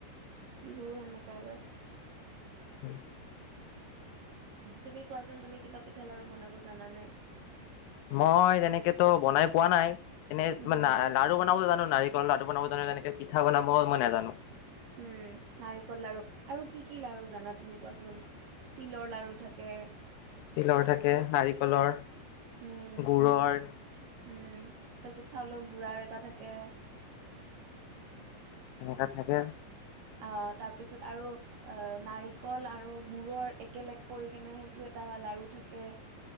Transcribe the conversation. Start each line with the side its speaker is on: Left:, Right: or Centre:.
Right: বিহু সেমেকা এবাৰ।
Left: হয়
Right: তুমি কোৱাচোন তুমি কিবা পিঠা, লাৰু বনাব জানা নে?
Left: মই তেনেকেতো বনাই পোৱা নাই। এনেই
Right: উম।
Left: লাৰু বনাব জানো নাৰি লাডু বনাব জানো তেনেকে পিঠা বনাব মই নাজানো।
Right: উম, নাৰিকল লাৰু আৰু কি কি লাৰু জানা তুমি কোৱাচোন? তিলৰ লাৰু থাকে।
Left: তিলৰ থাকে নাৰিকলৰ,
Right: উম,
Left: গুৰৰ।
Right: উম, তাৰপিছত চাউলৰ গুড়াৰ এটা থাকে।
Left: সেনেকা থাকে।
Right: অ', তাৰপিছত আৰু আ নাৰিকল আৰু গুৰৰ একেলগ কৰি কেনে সেইটো এটা লাৰু থাকে।